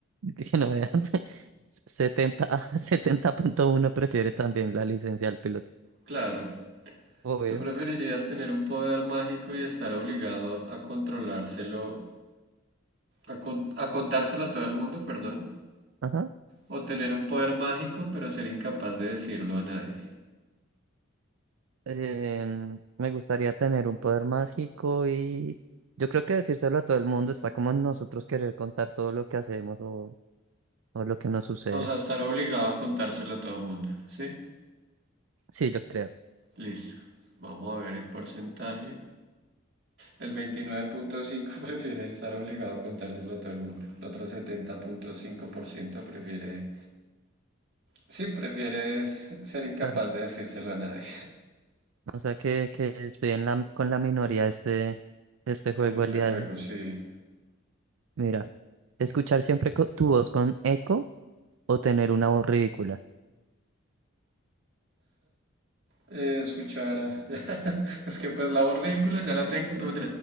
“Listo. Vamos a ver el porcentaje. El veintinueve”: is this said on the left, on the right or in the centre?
Right